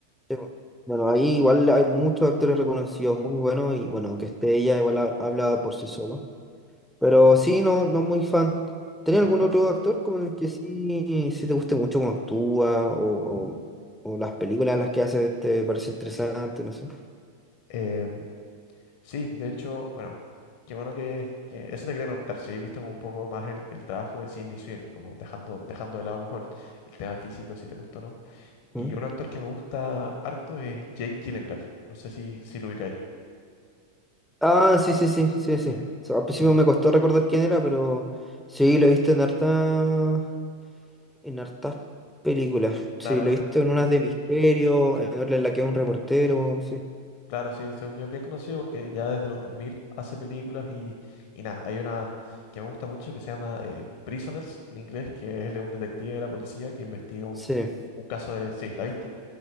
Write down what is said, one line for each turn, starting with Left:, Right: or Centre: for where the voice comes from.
Centre: Sí, bueno, Bueno, ahí igual hay muchos actores reconocidos muy buenos y bueno, que esté ella igual ha- habla por sí solo. Pero
Left: Ajá.
Centre: sí, no, no muy fan. ¿Tenés
Left: ¿No
Centre: algún
Left: eres fan?
Centre: otro actor con el que sí, sí te guste mucho cómo actúa o, o, o las películas las que hace te parece interesante, no sé?
Left: Em, sí, de hecho, bueno, qué bueno que, que- Eso te quería preguntar, si habéis visto como un poco más el, el trabajo de Sidney Sweeney, como dejando, dejando de lado como el, el tema físico, si te gusta o no.
Centre: ¿Mm?
Left: Y un actor que me gusta harto es Jake Gyllenhaal, no sé si, si lo ubicáis.
Centre: Ah, sí, sí, sí, sí, sí.
Left: Sí,
Centre: O sea, al
Left: sí,
Centre: principio me costó recordar quién era, pero sí, lo he visto en harta, en hartas películas. Sí,
Left: claro,
Centre: lo
Left: es
Centre: he visto en unas de misterio, en otra en la que es un reportero, sí.
Left: Claro, sí, según yo es bien conocido porque ya desde los 2000 hace películas y, y nada, hay una que me gusta mucho que se llama eh, Prisoners en inglés, que él es un detective de la policía que investiga un,
Centre: Sí,
Left: un caso de... Sí, ¿la viste?